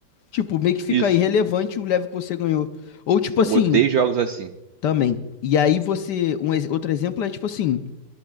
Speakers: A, on the left; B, on the right.
A: Tipo, meio que fica
B: isso.
A: irrelevante o level que você ganhou. Ou tipo assim,
B: Odeio jogos assim.
A: também. E aí você, um, ex- outro exemplo é tipo assim,